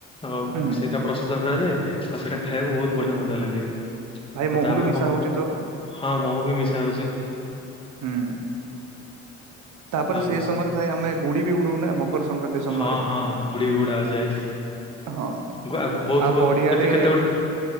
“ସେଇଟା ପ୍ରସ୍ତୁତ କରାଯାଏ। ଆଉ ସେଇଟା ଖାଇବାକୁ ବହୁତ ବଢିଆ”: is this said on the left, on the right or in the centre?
Left